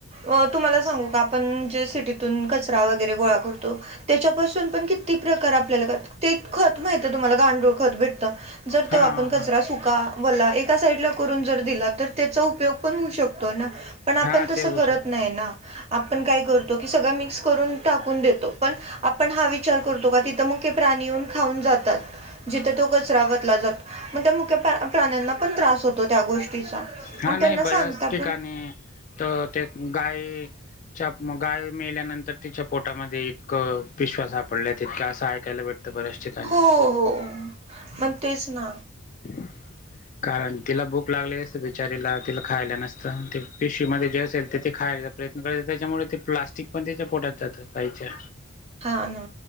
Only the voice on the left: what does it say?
हा
हा
हा
हा
ते होऊ
शकत.
हा
नाही,
बऱ्याच ठिकाणी
तर ते गाय चाप म, गाय मेल्यानंतर तिच्या पोटामध्ये इतकं पिशव्या सापडल्या तितक्या असं ऐकायला भेटतं बऱ्याच ठिकाणी.
<unintelligible> कारण तिला भूक लागलेली असते, बिचारीला तिला खायला नसतं ती पिशवी मध्ये जे असेल ते ती खायला प्रयत्न करायचा त्याच्यामुळे ते प्लास्टिक पण त्याच्या पोटात जात गाईच्या.